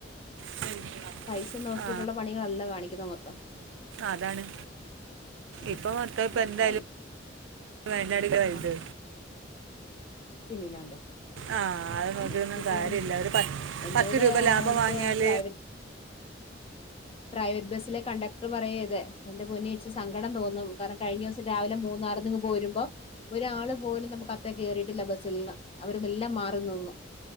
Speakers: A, on the right (about 80°); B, on the left (about 30°).
A: പ്രിന്റിങ് നമ്പർ
B: പൈസ നോക്കിയിട്ടുള്ള
A: ആ
B: പണികളല്ല കാണിക്കുന്ന മൊത്തം
A: അതാണ്
B: ഉം.
A: ഇപ്പൊ മക്കൾ ഇപ്പെന്തായാലും
B: പൈസ
A: <unintelligible> വൽത്
B: ആ പിന്നില്ലാണ്ട്
A: ആ അത്
B: നമുക്കിപ്പോ
A: നോക്കിയൊന്നും കാര്യമില്ല ഒരു പത്ത്
B: എന്നോട്
A: പത്ത് രൂപ
B: ആ
A: ലാഭം
B: അവിടുത്തെ
A: വാങ്ങിയാൽ
B: ആ പ്രൈവറ്റ് പ്രൈവറ്റ് ബസ്സിലെ കണ്ടക്ടർ പറയേത് എന്റെ പൊന്വോച്ചി സങ്കടം തോന്നുന്നു കാരണം കഴിഞ്ഞ ദിവസം രാവിലെ മൂന്നാറിങ്ങ് പോരുമ്പോ ഒരാൾ പോലും നമുക്ക് അകത്തേക്ക് കേറീട്ടില്ല അവരു എല്ലാം മാറി നിന്നോന്ന്